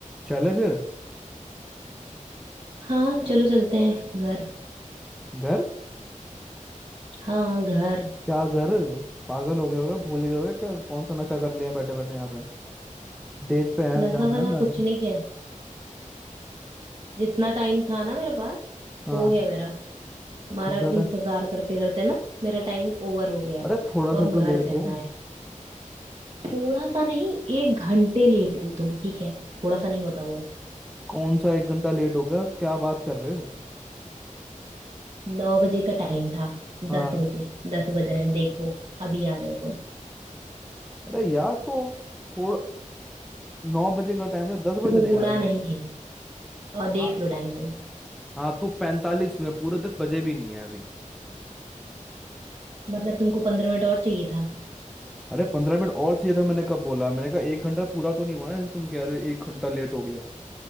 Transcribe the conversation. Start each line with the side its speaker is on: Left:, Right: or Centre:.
Centre: चले फिर
Right: हाँ चलो चलते हैं घर
Centre: घर
Right: हाँ घर
Centre: क्या घर पागल हो गया होगा भूल गया होगा क्या कौन सा नशा कर लिया बैठे बैठे यहाँ पे डेट पे है
Right: नशा
Centre: जाना
Right: वशा
Centre: है ना आज
Right: कुछ नहीं किया है जितना टाइम था ना मेरे पास
Centre: हाँ
Right: हो गया मेरा तुम्हारा
Centre: जितना
Right: इंतजार
Centre: टाइम
Right: करते करते ना मेरा टाइम ओवर हो गया है
Centre: अरे
Right: तो
Centre: थोड़ा सा
Right: अब
Centre: तो
Right: घर
Centre: लेट
Right: चलना
Centre: हूँ
Right: है थोड़ा सा नहीं एक घंटे लेट हो तुम ठीक है थोड़ा सा नहीं होता वो
Centre: कौन सा एक घंटा लेट हो गया क्या बात कर रहे हो
Right: नौ बजे का टाइम था
Centre: हाँ
Right: दस बजे दस बज रहे हैं देखो अभी आ रहे हो तुम
Centre: अरे यार तो थोड़ा नौ बजे का टाइम है दस
Right: थोड़ा
Centre: बज रहे हैं अभी
Right: नहीं है ये और
Centre: हाँ
Right: देख लो टाइम तुम
Centre: हाँ तो पैंतालीस हुए पूरे दस बजे भी नहीं है अभी
Right: मतलब तुमको पंद्रह मिनट और चाहिए था
Centre: अरे पंद्रह मिनट और चाहिए था मैंने कब बोला मैंने कहा एक घंटा पूरा तो नहीं हुआ ना जैसे तुम कह रहे हो एक घंटा लेट हो गया